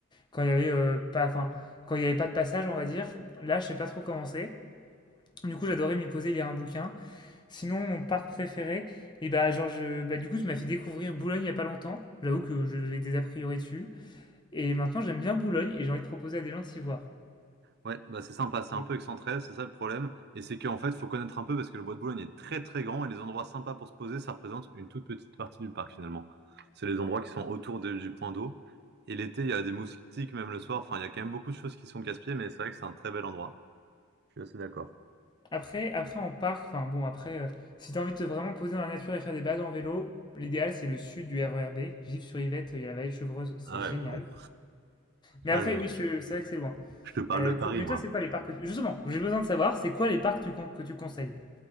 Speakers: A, on the left; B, on the right.
A: quand il y avait euh, pas, enfin quand il y avait pas de passage, on va dire. Là, je sais pas trop comment c'est. Du coup, j'adorais m'y poser, lire un bouquin. Sinon, mon parc préféré, et bah, genre, je, bah, du coup, tu m'as fait découvrir Boulogne il y a pas longtemps. J'avoue que je- j'ai des a priori dessus. Et maintenant, j'aime bien Boulogne et j'ai envie de proposer à des gens de s'y voir.
B: Ouais, bah, c'est sympa, c'est un
A: Euh,
B: peu excentré, c'est ça le problème. Et c'est qu'en fait, il faut connaître un peu parce que le Bois de Boulogne est très très grand et les endroits sympas pour se poser, ça représente une toute petite partie du parc finalement. C'est les endroits qui sont autour de- du point d'eau. Et l'été, il y a des moustiques, même le soir. Enfin, il y a quand même beaucoup de choses qui sont casse-pieds, mais c'est vrai que c'est un très bel endroit. Je suis assez d'accord.
A: Après, après en parc, enfin bon, après, euh, si t'as envie de te vraiment poser dans la nature et faire des balades en vélo, l'idéal c'est le sud du RER B, Gif-sur-Yvette, il y a la vallée de Chevreuse, c'est
B: Ah ouais,
A: génial.
B: mais bon.
A: Mais
B: Là,
A: après,
B: je
A: oui, je- c'est vrai que c'est loin.
B: je te parle
A: Euh,
B: de Paris,
A: toi- mais
B: moi.
A: toi, c'est quoi les parcs que tu- Justement, j'ai besoin de savoir, c'est quoi les parcs tu con- que tu conseilles?